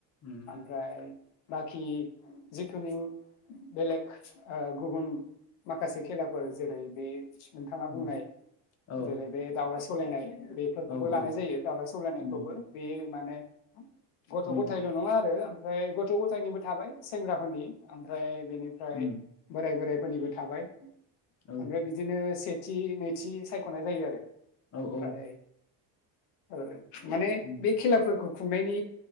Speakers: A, on the left (about 35°); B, on the left (about 80°).
A: उम
B: ओमफ्राय बाखि जिखुनु बेलेग गुबुन माखासे खेलाफोर जेरै नोंथाङा बुंनाय
A: उम औ
B: जेरै बे दउला - सौलायनाय बेफोरखौबो
A: औ
B: लानाय
A: औ
B: जायो दाउला सौलायनायखौबो
A: उम
B: बे माने गथ'
A: उम
B: गथायल' नङा आरो ओमफ्राय गथ' गथायनिबो थाबाय सेंग्राफोरनि ओमफ्राय बेनिफ्राय
A: उम
B: बोराय बोराय फोरनिबो थाबाय
A: औ
B: ओमफ्राय बिदिनो से नैथि <unintelligible> सायखनाय जायो आरो
A: औ
B: ओमफ्राय
A: औ
B: औ माने
A: उम
B: बे खेलाफोरखौ खुंनायनि